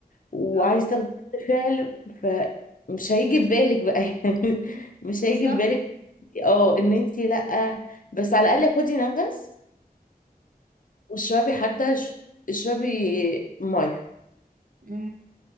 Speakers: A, on the left; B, on the right.
A: وعايز
B: اه
A: تاخدي رد فعل فمش هيجي في بالك بقى <laughs> يعني مش
B: بالظبط
A: هيجي في بالك اه ان انت لأ بس على الأقل خدي نفس واشربي حتى ش- اشربي ميه
B: مم.